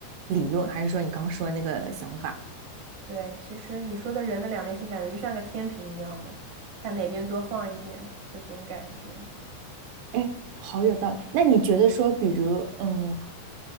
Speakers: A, on the right; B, on the right.
A: 理论，还是说你刚刚说的那个想法？
B: 对，其实你说的人的两面性，感觉就像个天平一样的，看哪边多放一点这种感觉。
A: 哎，好有道理。那你觉得说，比如，嗯，